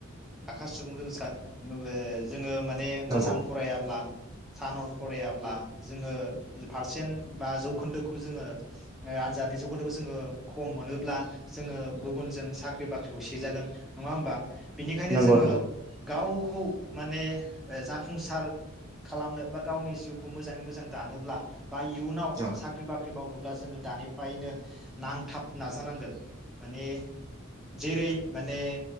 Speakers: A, in the centre; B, on the right.
A: आखा सुबुंजों सा नुबे जोङो माने मोजां
B: नंगौ
A: फरायाब्ला सानर फरायाब्ला जोङो पारसेन्ट बा जौखोन्दोखौ जोङो ओ आनजादनि जौखोन्दोखौ जोङो खम मोनोब्ला जोङो गुबुनजों साख्रि बाख्रिखौ सेजागोन नङा होमबा बिनिखायनो
B: नंगौ
A: जोङो
B: नंगौ
A: गावखौ माने जाफुंसार। खालामनो बा गावनि जिउ खौ मोजाङै मोजां दानोब्ला बा इयुनाव
B: औ
A: साख्रि बाख्रि मावनो ब्ला जोङो दानिफ्रायनो नांथाब नाजानांगोन माने जेरै माने